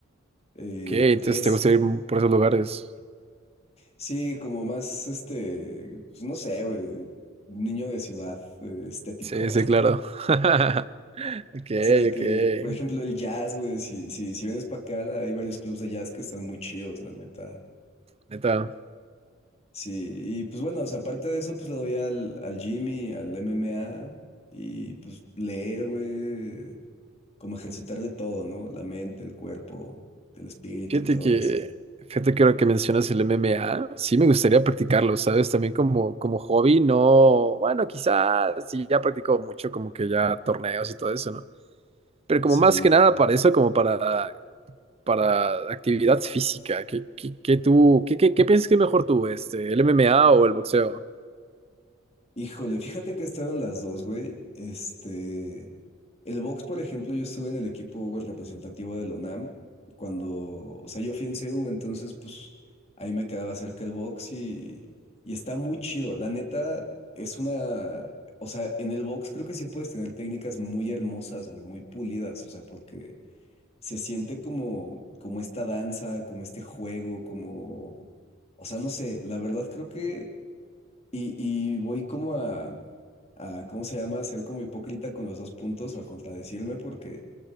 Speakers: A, on the left; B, on the right.
A: Eh,
B: Ok, entonces
A: eso.
B: te gusta ir por esos lugares.
A: Sí, como más, este, pues no sé, güey, niño de ciudad, eh, estético.
B: Sí, sí, claro. <laughs> Ok,
A: O sea, de que,
B: ok.
A: por ejemplo, el jazz, güey, si, si, si vienes para acá, hay varios clubs de jazz que están muy chidos, la neta.
B: Neta.
A: Sí, y pues bueno, o sea, aparte de eso, pues le doy al, al Jimmy, al MMA, y pues leer, güey, como ejercitar de todo, ¿no? La mente, el cuerpo, el espíritu
B: Fíjate
A: y todo
B: que,
A: eso.
B: fíjate que ahora que mencionas el MMA, sí me gustaría practicarlo, ¿sabes? También como, como hobby, no. Bueno, quizás sí ya practico mucho, como que ya torneos y todo eso, ¿no? Pero como
A: Sí.
B: más que nada para eso, como para, para actividad física. ¿Qué, qué, qué tú, qué, qué, qué piensas que es mejor tú, este, el MMA o el boxeo?
A: Híjole, fíjate que he estado en las dos, güey. Este, el box, por ejemplo, yo estuve en el equipo güey, representativo de la UNAM cuando, o sea, yo fui en CU, entonces, pues, ahí me quedaba cerca el box y, y está muy chido. La neta, es una, o sea, en el box creo que sí puedes tener técnicas muy hermosas, güey, muy pulidas, o sea, porque se siente como, como esta danza, como este juego, como, o sea, no sé, la verdad creo que... Y, y voy como a, a, ¿cómo se llama? A ser como hipócrita con los dos puntos o a contradecirme porque